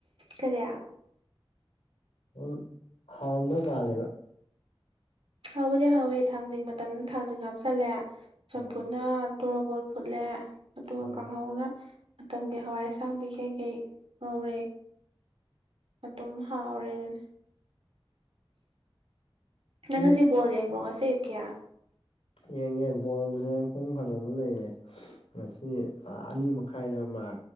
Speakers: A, on the right; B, on the left.
A: ꯀꯔꯤ
B: ꯝ ꯍꯥꯎꯔꯝꯗꯧ ꯃꯥꯜꯂꯦꯕ
A: ꯍꯥꯎꯕꯨꯗꯤ ꯍꯥꯎꯋꯦ ꯊꯥꯡꯖꯤꯡ ꯃꯇꯝꯗ ꯊꯥꯡꯖꯤꯡ ꯍꯥꯞꯆꯤꯜꯂꯦ ꯁꯝꯄꯨꯅ
B: ꯎꯝ
A: ꯇꯣꯔ ꯕꯣꯜ ꯐꯨꯠꯂꯦ ꯑꯗꯨꯒ
B: ꯎꯝ
A: ꯀꯥꯡꯍꯧꯅ ꯃꯇꯝꯒꯤ ꯍꯋꯥꯏ ꯑꯁꯥꯡꯕꯤ ꯀꯩꯀꯩ ꯉꯧꯔꯦ ꯃꯇꯨꯝ ꯍꯥꯎꯔꯦ ꯑꯗꯨꯅ ꯅꯪ
B: ꯅꯣꯏ
A: ꯉꯁꯤ ꯕꯣꯜ ꯌꯦꯡꯕ꯭ꯔꯣ ꯉ ꯁꯦ ꯌꯨꯀꯤꯌꯥ
B: ꯌꯦꯡꯉꯦ ꯕꯜꯁꯦ ꯄꯨꯡ ꯐꯅꯅ ꯂꯩꯌꯦꯦ ꯃꯁꯤ ꯑꯅꯤ ꯃꯈꯥꯏꯅ ꯑꯃ